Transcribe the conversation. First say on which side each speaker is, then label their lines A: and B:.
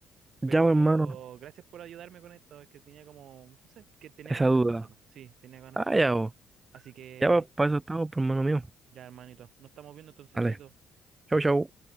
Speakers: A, on the right (about 20°); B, on the right (about 55°).
A: Ya,
B: Pero
A: po, hermano,
B: gracias por ayudarme con esto. Es que tenía como, no sé, que tenía
A: esa
B: ganas
A: duda.
B: de conversarlo. Sí, tenía ganas
A: Ah,
B: como
A: ya,
B: de.
A: po.
B: Así que
A: Ya, pues, para eso estamos, por hermano mío.
B: ya, hermanito, nos estamos viendo entonces,
A: Vale.
B: chaito.
A: Chau, chau.